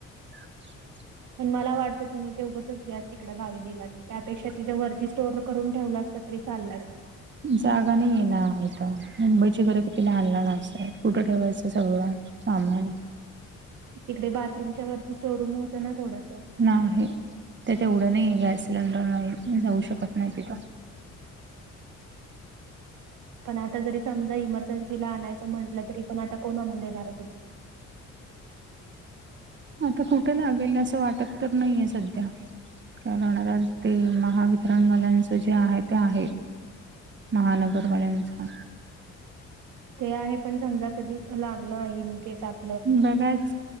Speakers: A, on the right; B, on the right.
A: ह
B: पण मला वाटतं तुम्ही ते उगच गॅस तिकडे घावी दिलात त्यापेक्षा तिथे वरतीच स्टोर करून ठेवला असत तरी चाललं असत
A: जागा नाही आहे ना आथ मुंबईची घरं किती लहान लहानच आहेत कुठं ठेवायचं सगळं सामान
B: तिकडे बाथरूमच्या वरती स्टोरूम होतं ना थोडस
A: नाही ते तेवढं नाही गॅस सिलेंडर नाही जाऊ शकत नाही तिथं
B: पण आता जरी समजा इमर्जन्सीला आणायचं म्हटलं तरी पण आता कोण आणून देणार आहे तिथून <inaudible>
A: आता कुठे लागेल असं वाटत तर नाहीये सध्या काणार ते महावितरणवाल्यांच जे आहे ते आहे महानगरवाल्यांचा
B: ते आहे पण समजा कधी लागलं आहे इनकेस आप
A: बघाच